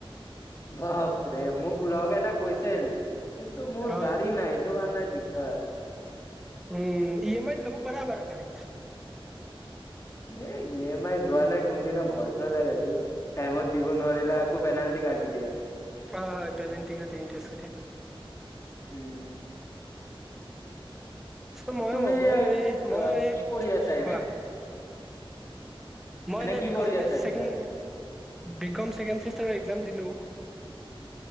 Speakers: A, on the left; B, in the centre.
A: বাপৰে মোক লগ এটা কৈছিল, কিন্তু মোৰ
B: হয়
A: গাড়ী নাই। সেইটো কাৰনে, দিগদাৰ।
B: উম, ই, এম, আইত, ল'ব পাৰা বাৰু গাড়ী।
A: এ ই এম আই লোৱা নাই কোনদিনা ভয় চয় লাগে দেই। টাইমত দিব নোৱাৰিলে আকৌ পেনাল্টি কাতি দিয়ে।
B: হয় হয় পেলেণ্টি কাতে ইণ্টাৰেষ্ট কাতে।
A: উম উম
B: এই ময়ো
A: তুমি
B: ময়ো এই ময়ো
A: অ',
B: এই
A: কি পঢ়ি আছা এনে?
B: কোৱা মই এনে
A: কি
B: বিকম
A: পঢ়ি আছা
B: চেকেন
A: এতিয়া?
B: বিকম চেকেন চেমিস্তাৰৰ একজাম দিলোঁ।